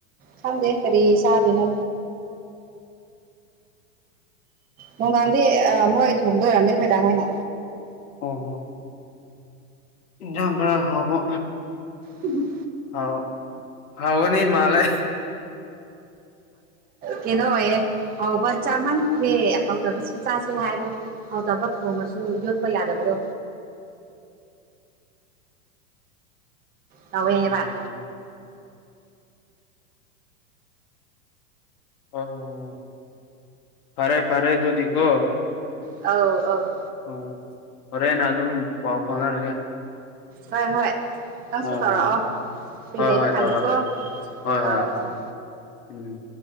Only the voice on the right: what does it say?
ꯈꯪꯗꯦ ꯀꯔꯤ ꯆꯥꯗꯣꯏꯅꯣ ꯅꯨꯡꯗꯥꯡꯗꯤ ꯃꯣꯏ ꯊꯣꯡꯗꯣꯏꯔꯝꯅꯤ ꯑꯩꯈꯣꯏꯗꯥꯈꯣꯏꯅ
ꯎꯝ
ꯀꯦꯗꯣꯌꯦ ꯍꯥꯎꯕ ꯆꯥꯃꯟꯈ꯭ꯔꯦ ꯍꯥꯎꯗꯕꯁꯨ ꯆꯥꯁꯦ ꯍꯥꯏꯗꯣ ꯐꯥꯎꯗꯕ ꯊꯣꯡꯉꯁꯨ ꯌꯣꯠꯄ ꯌꯥꯗꯕꯗꯣ ꯇꯧꯋꯦ
ꯍꯥꯏꯕ
ꯑ ꯑ
ꯍꯣꯏ ꯍꯣꯏ ꯈꯤ ꯅꯇꯪꯁꯨ
ꯇꯧꯔꯛꯑꯣ
ꯐꯨꯔꯤ
ꯂꯩꯕ
ꯀꯥꯟꯗꯀꯣ
ꯑꯧ ꯑꯥ